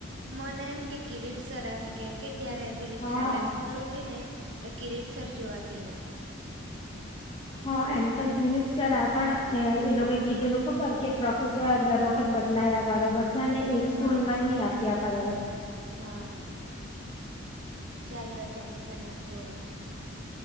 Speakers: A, on the right (about 65°); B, on the left (about 25°).
A: મને એમ કે કિરીટ સર આવે કેમ કે ત્યારે પેલી
B: હા
A: થાલા સ્કૂલ ઉઠી ને તો કિરીટ સર જોવા ગેલા
B: હા એમ તો કિરીટ સર આ પણ એ લોકો કીધેલું ખબર કે પ્રોફેસર દર બદલાયા કરે બધાને એક જ
A: હા
B: સ્કૂલ માં ની આપ્યા કરે.
A: હા ચાલ તો ટેન્શન ઓશું અવે